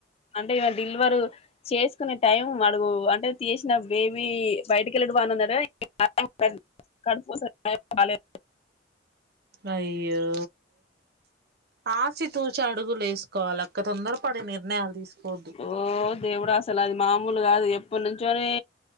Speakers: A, on the left (about 30°); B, on the right (about 55°).
A: అంటే ఈమె డిల్వరు చేసుకునే టైం మడుగు అంటే తీసిన బేబీ బయటికెళ్ళుడు బానున్నరో <unintelligible> కడుపూసల బాలే
B: అయ్యో ఆచి తూచి అడుగులేసుకోవాలి అక్క తొందరపడి నిర్ణయాలు తీసుకోవద్దు
A: ఓ దేవుడా అసలు అది మామూలు గాదు ఎప్పటినుంచోనే